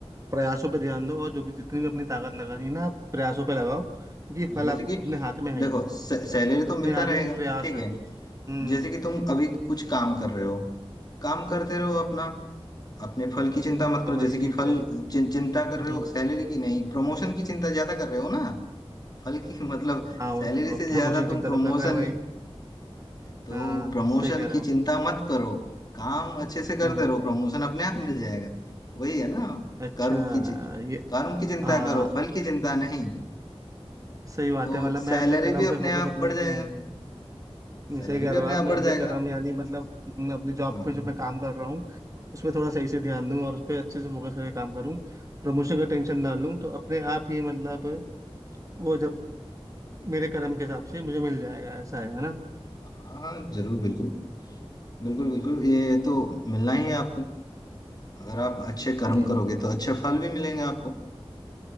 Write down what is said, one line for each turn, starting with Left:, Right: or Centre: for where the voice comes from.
Right: प्रयासों पे ध्यान दो और जो भी जितनी भी अपनी ताकत लगा रही है ना आप प्रयासों पे लगाओ क्योंकि
Left: हाँ,
Right: फल
Left: जैसे
Right: आप
Left: कि
Right: अपने हाथ में है
Left: देखो
Right: ही नहीं
Left: सैलरी तो
Right: अपने
Left: मिलता
Right: हाथ
Left: रहेगा
Right: में सिर्फ प्रयास
Left: ठीक
Right: है
Left: है
Right: हम्म
Left: जैसे कि तुम अभी कुछ काम कर रहे हो काम करते रहो अपना अपने फल की चिंता मत करो
Right: हाँ भाई
Left: जैसे कि
Right: ठीक
Left: फल
Right: है
Left: चिं, चिंता कर
Right: हम्म
Left: रहे हो सैलरी की नहीं प्रमोशन की चिंता ज्यादा कर रहे हो ना फल की <laughs> मतलब
Right: हाँ वो
Left: सैलरी
Right: तो
Left: से
Right: प्रभु
Left: ज्यादा
Right: भविष्य की
Left: तुम
Right: चिंता
Left: प्रमोशन
Right: तो कर रहे हैं भाई
Left: की तो
Right: हाँ
Left: प्रमोशन
Right: सही कह रहे
Left: की
Right: हो
Left: चिंता मत करो काम अच्छे से करते
Right: हम्म
Left: रहो प्रमोशन अपने आप मिल जाएगा वही है ना
Right: अच्छा
Left: कर्म की चि-
Right: ये
Left: कर्म की चिंता
Right: हाँ
Left: करो फल की चिंता नहीं
Right: सही बात
Left: तो
Right: है मतलब
Left: सैलरी
Right: मैं अपने कर्म
Left: भी
Right: पे
Left: अपने
Right: फोकस
Left: आप
Right: अपने
Left: बढ़
Right: हम्म,
Left: जाएगा
Right: नहीं
Left: सैलरी
Right: सही कह
Left: भी
Right: रहे
Left: अपने
Right: हो आप
Left: आप बढ़
Right: मैं अपने
Left: जाएगा
Right: कर्म यानी मतलब हम्म, अपनी जॉब
Left: हाँ
Right: पे जो मैं काम कर रहा हूँ उस पर थोड़ा सही से ध्यान दूँ और उस पर अच्छे से फोकस करके काम करूँ प्रमोशन का टेंशन ना लूँ तो अपने आप ही मतलब वो जब मेरे कर्म के हिसाब से मुझे मिल जाएगा ऐसा है है ना
Left: हाँ हाँ, जरूर बिल्कुल बिल्कुल बिल्कुल ये तो मिलना ही है आपको अगर आप अच्छे कर्म
Right: नहीं
Left: करोगे
Right: नहीं
Left: तो अच्छे फल भी मिलेंगे आपको